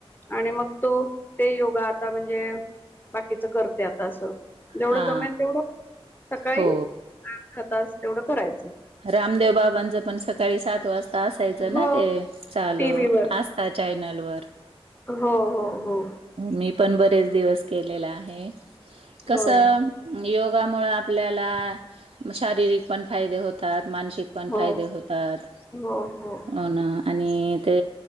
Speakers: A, on the left; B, on the right.
A: आणि मग तो, ते योगा आता म्हणजे बाकीचं करते आता असं. जेवढं
B: हा
A: जमेल तेवढं सकाळी
B: हो
A: अर्धा तास तेवढं करायचं.
B: रामदेव बाबांचं पण सकाळी सात वाजता असायचं
A: हो
B: ना ते चालू
A: टी व्ही वर
B: आस स्था चॅनलवर
A: हो हो हो.
B: मी पण बरेच दिवस केलेला आहे. कसं
A: होय
B: योगामुळे आपल्याला शारीरिक पण फायदे होतात मानसिक पण
A: हो,
B: फायदे होतात
A: हो, हो,
B: अन आणि ते